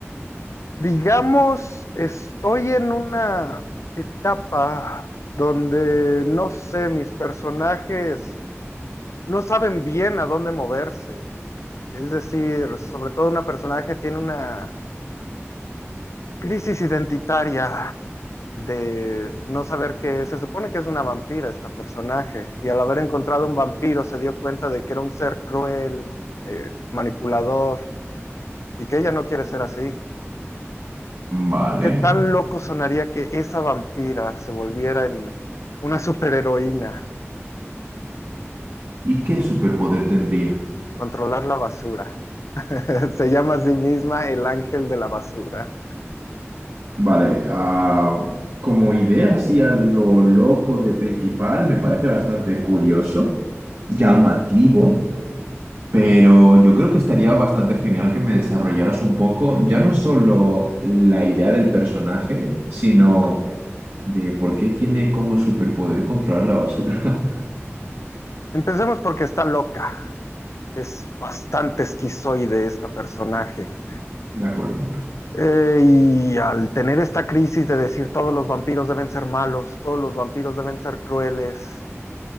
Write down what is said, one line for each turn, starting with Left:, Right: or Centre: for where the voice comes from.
Left: Digamos, estoy en una etapa donde, no sé, mis personajes no saben bien a dónde moverse. Es decir, sobre todo un personaje tiene una Crisis identitaria de no saber qué es. Se supone que es una vampira esta personaje y al haber encontrado un vampiro se dio cuenta de que era un ser cruel, eh, manipulador y que ella no quiere ser así.
Right: Vale.
Left: ¿Qué tan loco sonaría que esa vampira se volviera en una superheroína,
Right: ¿Y qué superpoder tendría?
Left: controlar la basura? <laughs> Se llama a sí misma el ángel de la basura.
Right: Vale, ah, como idea así a lo loco de principal, me parece bastante curioso, llamativo. Pero yo creo que estaría bastante genial que me desarrollaras un poco, ya no solo la idea del personaje, sino de por qué tiene como superpoder controlar la basura.
Left: Empecemos porque está loca. Es bastante esquizoide esta personaje.
Right: <laughs> De acuerdo.
Left: Eh, y al tener esta crisis de decir todos los vampiros deben ser malos, todos los vampiros deben ser crueles,